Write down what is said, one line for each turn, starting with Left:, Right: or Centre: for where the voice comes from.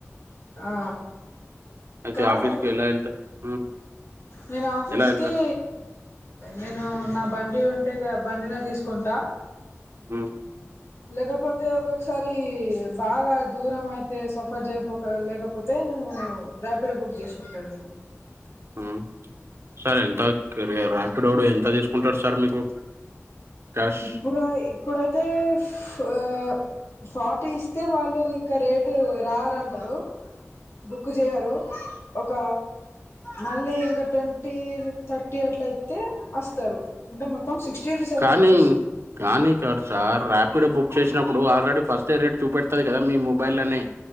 Left: ఆ
Right: అయితే
Left: కాదు
Right: ఆఫీస్కి ఎలా వెళ్తారు ఉమ్,
Left: నేను ఆఫీస్
Right: ఎలా వెళ్తారు
Left: కి నేను నా బండి ఉంటే ఇగా బండినే తీసుకుంటా
Right: ఉమ్మ్
Left: లేకపోతే ఒకోక్కసారి బాగా దూరం అయితే సఫర్ జేయపోక లేకపో పోతే నేను రాపిడో బుక్ జేసుకుంటాండి
Right: ఉమ్మ్ ఎంత రాపిడోడు ఎంత తీసుకుంటాడు సార్ మీకు క్యాష్
Left: ఇప్పడు దాయి ఇప్పుడైతే ఫ ఆ ఫార్టీ ఇస్తే వాళ్ళు ఇంక రేటు రాదంటరు బుక్ జేయరు ఒక మళ్ళీ ఇంక ట్వంటీ థర్టీ అట్ల ఇత్తే అస్తరు అంటే మొత్తం సిక్స్టీ టు సెవెంటీ
Right: కానీ
Left: రూపీస్
Right: కానీ ఇక్కడ సార్ ర్యాపిడో బుక్ చేసినప్పుడు ఆల్రెడీ ఫస్ట్ తె రేట్ చూపెడుతది కదా మీ మొబైల్ లనే,